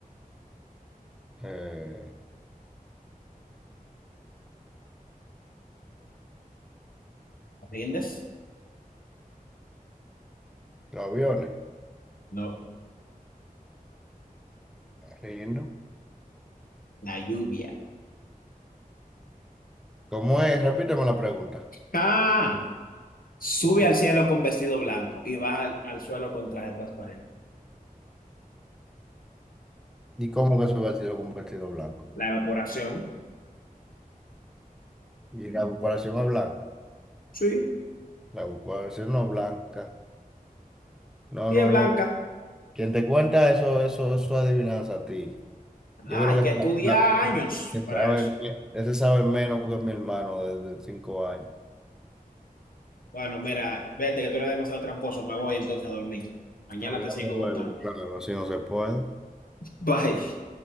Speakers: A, in the centre; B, on the left (about 70°).
A: eh,
B: ¿Te ¿Rindes?
A: los aviones.
B: No,
A: Riendo.
B: la lluvia.
A: ¿Cómo es? Repíteme la pregunta.
B: Ah, sube
A: Porque-
B: al cielo con vestido blanco y baja al, al suelo con traje transparente.
A: ¿Y cómo que se hubiera sido con un vestido blanco?
B: La evaporación.
A: Y la comparación no es blanca.
B: Sí,
A: La comparación no es blanca. No,
B: y
A: no,
B: es blanca.
A: no. Quien te cuenta eso, eso, eso es adivinanza a ti. Yo
B: Ah,
A: creo
B: hay
A: que
B: que
A: ese
B: estudiar
A: sa-
B: años
A: que
B: para
A: sabe,
B: eso.
A: ese sabe menos que mi hermano desde cinco años.
B: Bueno, mira, vete que tú eres demasiado tramposo. Me voy entonces a dormir. Mañana
A: Hablando
B: te sigo
A: luego,
B: contando.
A: claro, así no se puede.
B: Bye.